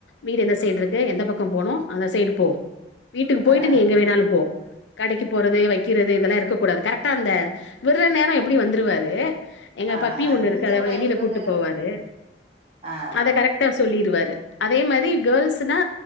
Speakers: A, on the left; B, on the right.
A: வீடு எந்த சைடு இருக்கு எந்த பக்கோ போடு அந்த சைடு போ வீட்டுக்கு போயிட்டு
B: அ
A: நீ எங்க வேணாலுப்போ கடைக்கு போறது வைக்கிறது இதெல்லா இருக்கக் கூடாது கரெக்டா அந்த விற நேரோ எப்டியு வந்துருவாரு எங்க
B: அ
A: பப்பி
B: அ
A: ஒண்ணு
B: இங்க
A: இருக்கு அத வெளியில
B: இவரு
A: கூட்டு போவாரு
B: அ
A: அத
B: அ
A: கரெக்ட் சொல்லிருவாரு அதே மாதரி கேர்ள்ஸ்னா